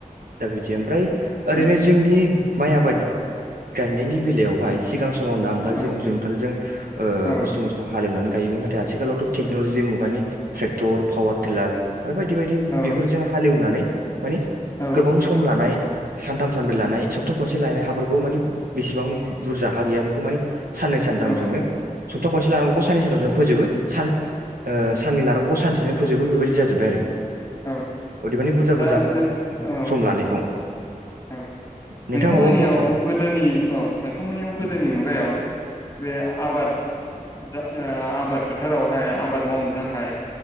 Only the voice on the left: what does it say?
उम
औ
औ
औ
औ
औ
औ
दा
नों औ
औ नोंथांमोननियाव
गोदोनि औ नोंथांमोननियाव गोदोनि
मुगायाव बे आबाद जा ओ आबाद फोथारावहाय आबाद मावनो थाखाय